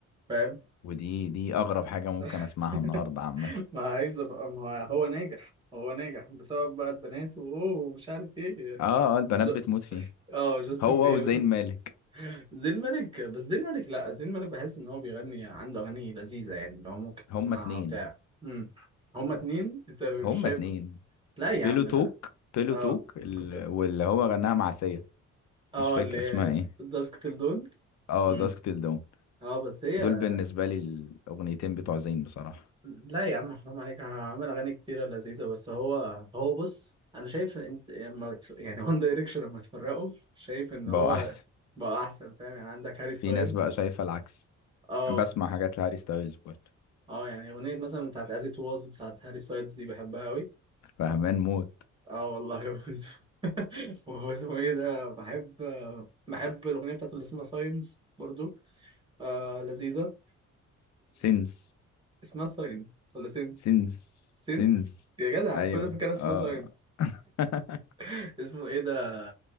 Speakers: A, on the right (about 15°); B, on the left (about 65°).
A: فاهم
B: ودي دي اغرب حاجه ممكن
A: <laughs>
B: اسمعها النهارده عامه
A: ما عايز ابقى ما هو هو ناجح هو ناجح بسبب بقى البنات واوه ومش عارف ايه
B: اه آه، البنات
A: ج...
B: بتموت فيه
A: اه جاستن
B: هو
A: بيبر
B: وزين مالك
A: <laughs> زين مالك بس زين مالك لا زين مالك بحس ان هو بيغني عنده اغاني لذيذة يعني اللي هو ممكن تسمعها
B: هما اتنين
A: وبتاع امم هما اتنين انت مش
B: هما
A: شايف
B: اتنين
A: لا يا
B: بيلو
A: عم
B: توك
A: لا
B: بيلو
A: اه
B: توك ال...
A: كنت
B: واللي هو غناها مع سيا
A: اه
B: مش فاكر
A: اللي هي
B: اسمها ايه
A: الداسكتل دول
B: اه
A: امم
B: داسك تيل دون
A: اه بس هي
B: دول بالنسبه لي الاغنيتين بتوع زين بصراحه
A: لا يا عم حرام عليك عامل اغاني كتيره لذيذه بس هو هو بص انا شايف انت لما ت- يعني وان دايركشن لما اتفرقوا شايف ان
B: بقوا
A: هو
B: احسن
A: بقى احسن فاهم يعني عندك هاري ستايلز
B: في ناس بقى شايفه العكس
A: اه
B: بسمع حاجات لهاري ستايلز برضه
A: اه يعني اغنيه مثلا بتاعت از ات واز بتاعت هاري ستايلز دي بحبها قوي
B: فهمان موت
A: اه والله <laughs> هو اسمه هو اسمه ايه ده بحب بحب الاغنيه بتاعته اللي اسمها ساينز برضو آه لذيذه
B: سينس
A: اسمها ساينس ولا سينس
B: سينس
A: سينس
B: سينس
A: يا جدع
B: ايوه
A: أنا كل ده فاكرها اسمها
B: اه
A: ساينس
B: <laughs>
A: <laughs> اسمه ايه ده